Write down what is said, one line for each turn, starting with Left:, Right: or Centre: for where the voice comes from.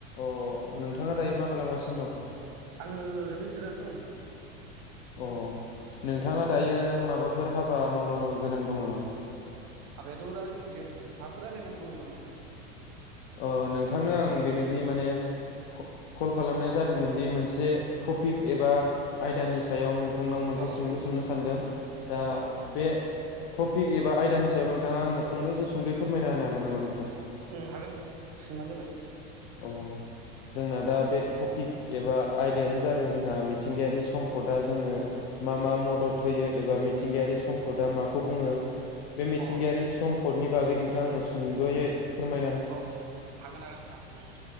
Left: अ नोंथाङा दायो मा खालामगासिनो दं?
Right: आङो ओरैनो जिरायनानै दङ नोंथां ।
Left: अ नोंथाङा दायो माबाफोर हाबा मावन गोनां दं नामा?
Right: हाबायाथ दा जेबो गैया नोंथां माबाफोर रायजलायनांगौ दंमोन नामा नोंथां?
Left: अ नोंथांनो आं बेनोदि माने क कल खालामनाय जादोंमोन दि मोनसे टपिक एबा आयदानि सायाव नोंथ थांनाव मोनसे
Right: औ
Left: सोंलु सोंनो सानदों दा
Right: अ
Left: बे टपिक एबा आयदानिसायाव नोंथाङा आंनो फंनैस सदै फोरमायना होनो होगोन नामा नोंथां?
Right: उम हाग गोन नोंथां सोंबानो जाबाय।
Left: अ जोंनो दा बे टपिक एबा आयदायानो जादों जोंहा मिथिंगायारि सम्पदा जोंनो मा मा मदद होयो एबा मिथिंगायारि सम्पदा माखौ बुङो? बे
Right: अ
Left: मिथिंगायारि
Right: औ
Left: सम्पदनि बागै नों थां आंनो सुंद'यै फोरमाय
Right: औ औ हागोन हागोन नोंथां औ।